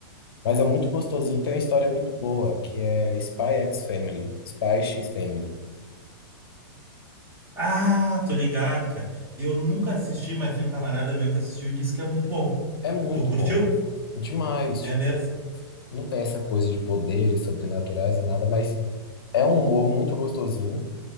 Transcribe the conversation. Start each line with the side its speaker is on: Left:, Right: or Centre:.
Left: Mas é muito gostosinho, tem uma história muito boa, que é Spy X Family, Spy X Family.
Right: Ah, tô ligado, cara. Eu nunca assisti, mas tem um camarada meu que assistiu e disse que é muito bom.
Left: É muito
Right: Tu curtiu?
Left: bom. Demais,
Right: É
Left: tipo,
Right: mesmo?
Left: não tem essa coisa de poderes sobrenaturais e nada, mas é um humor muito gostosinho,